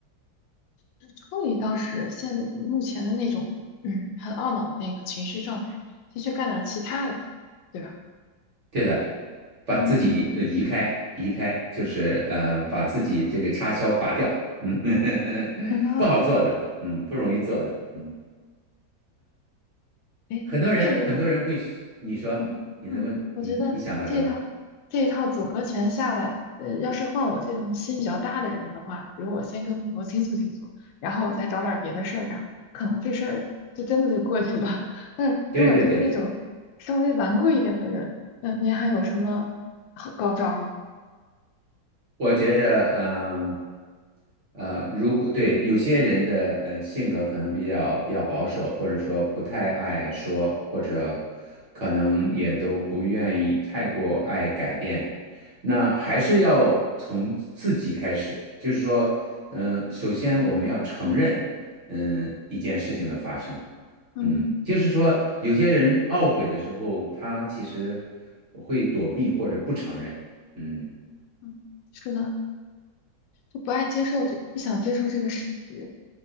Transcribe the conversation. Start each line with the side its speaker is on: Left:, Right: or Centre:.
Left: 就是抽离当时现目前的那种，嗯，很懊恼的那个情绪状态，先去干点其他的，对吧？
Right: 对的，把自己呃移开移开，
Left: 嗯，
Right: 就是呃把自己这个插销拔掉，嗯，<laughs>
Left: 然后，
Right: 不好做的，嗯，不容易做的，嗯，
Left: 哎，
Right: 很多人很多人会，
Left: 这一套
Right: 你说你在问你你想到什么？
Left: 嗯嗯，我觉得这一套这一套组合拳下来，呃，要是换我这种心比较大的人的话，比如我先跟朋友倾诉倾诉，然后我再找点儿别的事儿干，可能这事儿就真的就过去了。<laughs> 但是如果对于那种稍微顽固一点的人，
Right: 对对对对。
Left: 那您还有什么好高招吗？
Right: 我觉着，嗯、呃，如果对有些人的呃性格可能比较比较保守，或者说不太爱说，或者可能也都不愿意太过爱改变，那还是要从自己开始，就是说，嗯、首先我们要承认，嗯、一件事情的发生，
Left: 嗯
Right: 嗯，就是说有些人懊悔的时候，他其实会躲避或者不承认，嗯。
Left: 嗯，是的，就不爱接受这，不想接受这个事实，